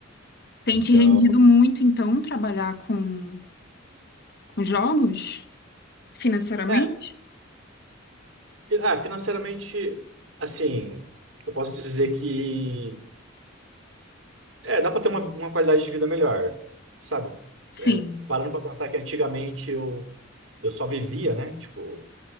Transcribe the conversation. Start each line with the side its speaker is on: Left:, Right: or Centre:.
Left: Tem
Right: então
Left: te rendido muito, então, trabalhar com, com jogos financeiramente?
Right: É, fi- ah, financeiramente, assim, eu posso dizer que é, dá para ter uma, uma qualidade de vida melhor, sabe?
Left: Sim.
Right: É, parando para pensar que antigamente eu, eu só vivia, né? Tipo,